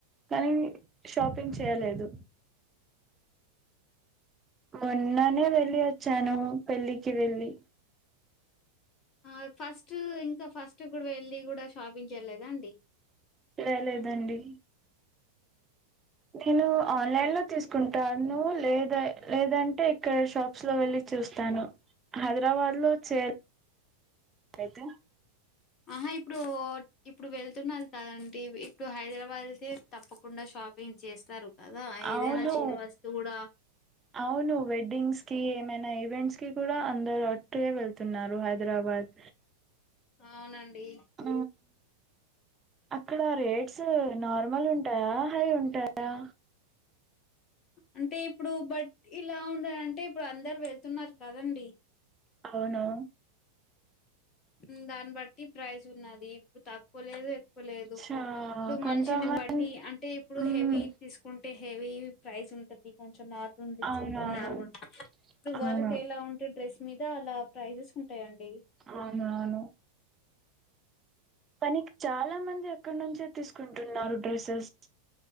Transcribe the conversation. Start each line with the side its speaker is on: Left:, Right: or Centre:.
Right: కానీ షాపింగ్ చేయలేదు మోన్ననే వెళ్ళి ఒచ్చాను పెళ్ళికి వెళ్ళి
Left: ఆ ఫస్ట్ ఇంక ఫస్ట్ కూడ్ వెళ్ళి గుడా షాపింగ్ చేయలేదా అండి
Right: చేయలేదండి తినీ ఆన్లైన్
Left: ఓకే
Right: లో తీస్ కుంటాను లేదై లేదంటే ఇక్కడ షాప్స్ లో వెళ్లి చూస్తాను హైదరాబాద్ లో చేర్ <inaudible> అయితే
Left: అహా ఇపుడూ ఇప్పుడు వెళ్తున్నాన్ కదండి ఇప్పుడు హైదరాబాద్ కి తప్పకుండ షాపింగ్ చేస్తారు కదా ఆ ఏదైనా
Right: అవును
Left: చిన్న వస్తువు గుడా
Right: అవును వెడ్డింగ్స్ కీ ఏమైనా ఈవెంట్స్ కి కూడా అందరూ అటే వెళ్ తున్నారు హైదరాబాద్
Left: అవునండీ
Right: ఆ అక్కడా రేట్స్ నార్మల్ ఉంటాయా హై ఉంటాయా
Left: అంటే ఇప్పుడు బట్ ఇలా ఉండనంటే ఇప్పుడు అందరు వెళ్తున్నారు కదండి
Right: అవును
Left: ఊ దాన్ బట్టి ప్రైస్ ఉన్నది ఇపు తక్వ లేదు ఎక్వ లేదు
Right: చా
Left: పుడు
Right: కొంతమంది
Left: మనిషిని బట్టీ అంటే ఇప్పుడు
Right: మ్మ్
Left: హెవీ తీసుకుంటే హెవీ ప్రైస్ ఉంటది కొంచెం నార్మల్ దీసుకుంటే
Right: అవునవును
Left: నార్మ ఉంటది ఇపుడు
Right: అవును
Left: వర్క్ ఎలా ఉంటే డ్రెస్ మీదా అలా ప్రైజెస్ ఉంటాయండి
Right: అవునవును కానీ చాలా మంది అక్క నుంచే తీసుకుంటున్నారు డ్రెస్సెస్